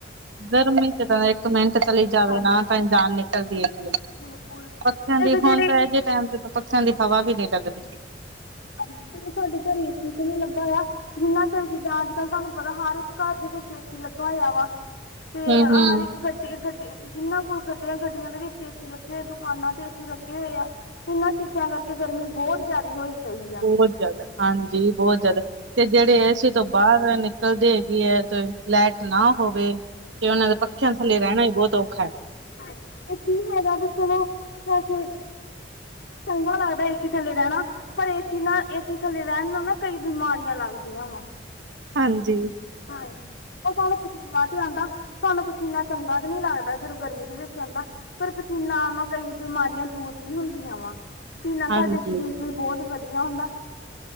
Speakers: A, on the right (about 80°); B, on the left (about 85°).
A: ਗਰਮੀ 'ਚ ਤਾਂ ਇੱਕ ਮਿੰਟ ਚਲੀ ਜਾਵੇ
B: ਹਾਂਜੀ
A: ਨਾ ਤਾਂ ਜਾਨ ਨਿਕਲਦੀ ਹੈਗੀ ਐ,
B: ਬਿਲਕੁਲ
A: ਪੱਖੇਆਂ
B: ਇੱਕ
A: ਦੀ
B: ਜਿਹੜੀ
A: ਹੁਨ ਤਾਂ ਇਹ ਜੇ ਟਾਈਮ ਤੇ ਪੱਖੇਆਂ ਦੀ ਹਵਾ ਵੀ ਨੀ ਲੱਗਦੀ।
B: ਹਾਂਜੀ ਚੱਲੋ ਤੁਆਡੇ ਘਰ ਏਸੀ ਤੇ ਨੀ ਲੱਗਾ ਆ ਜਿੰਨਾ ਕ ਜਿੱਦਾਂ ਅੱਜ-ਕੱਲ ਤੁਆਨੂੰ ਪਤਾ ਹਰ ਇੱਕ ਘਰ ਦੇ ਵਿੱਚ ਏ ਸੀ ਲੱਗਾ ਹੋਏਆ ਵਾ। ਤੇ
A: ਹੂੰ-ਹੂੰ,
B: ਆਰ ਇੱਕ ਗੱਡੀ, ਗੱਡੀ ਇਨਾਂ ਕੋਲ ਗੱਡੀਆਂ, ਗੱਡੀਆਂ ਦੇ ਵਿੱਚ ਏ ਸੀ ਲੱਗੇ ਹੋਏ, ਦੁਕਾਨਾਂ ਤੇ ਏ ਸੀ ਲੱਗੇ ਹੋਏ ਆ। ਇਨਾਂ ਚੀਜ਼ਾਂ ਕਰਕੇ ਗਰਮੀ ਬੋਤ ਜ਼ਿਆਦੇ ਹੋਈ ਪਈ ਆ
A: ਬੋਤ ਜਾਦਾ, ਹਾਂਜੀ ਬੋਤ ਜਾਦਾ ਤੇ ਜੇੜੇ ਏ ਸੀ ਤੋਂ ਬਾਰ ਨਿਕਲਦੇ ਵੀ ਹੈ ਤੇ ਲੈਟ ਨਾ ਹੋਵੇ ਤੇ ਓਨਾਂ ਦੇ ਪੱਖੇਆਂ ਥੱਲੇ ਰੈਣਾ ਹੀ ਬੋਤ ਔਖਾ ਐ।
B: ਹਾਂਜੀ ਐ ਕੀ ਹੈਗਾ ਤੇ ਚੱਲੋ <unintelligible> ਚੰਗਾ ਲੱਗਦਾ ਏਸੀ ਥੱਲੇ ਰੈਣਾ। ਪਰ ਏਸੀ ਨਾ, ਏਸੀ ਥੱਲੇ ਰੈਨ ਨਾਲ ਨਾ ਕਈ ਬਿਮਾਰੀਆਂ ਲੱਗਦੀਆਂ ਵਾ।
A: ਹਾਂਜੀ।
B: ਹਾਂਜੀ। ਓ ਸਾਨੂੰ ਪਸੀਨਾ ਤੇ ਆਂਦਾ, ਸਾਨੂੰ ਪਸੀਨਾ ਚੰਗਾ ਤਾਂ ਨੀ ਲੱਗਦਾ ਜਦੋਂ ਗਰਮੀ ਦੇ ਵਿੱਚ ਆਂਦਾ। ਪਰ ਪਸੀਨਾ ਆਨ ਨਾ ਕਈ ਬਿਮਾਰੀਆਂ ਦੂਰ ਵੀ ਹੁੰਦੀਆਂ ਵਾ। ਪਸੀਨਾ
A: ਹਾਂਜੀ-ਹਾਂਜੀ।
B: ਸਾਡੇ ਸਰੀਰ ਲਈ ਬੋਤ ਵਧੀਆ ਹੁੰਦਾ।